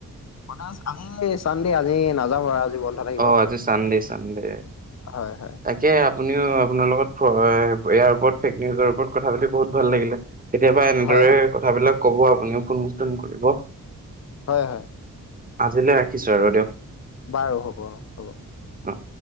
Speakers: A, on the left; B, on the right.
A: মানে আজি চান দে আজি নাযাম আৰু আজি বন্ধ থাকিব
B: অ' আজি চানডে চানডে
A: হয়। হয়
B: তাকে আ আপুনিও আপোনাৰ লগত ইয়াৰ ওপৰত ফেক নিউজৰ ওপৰত কথা পাতি বহুত ভাল লাগিলে। কেতিয়াবা এনেদৰে
A: হয় হয়
B: কথাবিলাক। কব আপুনিও অনুমষ্ঠন কৰিব।
A: হয় -হয়
B: আজিলৈ ৰাখিছো আৰু দিয়ক।
A: বাৰু হ'ব- হ'ব
B: অ'।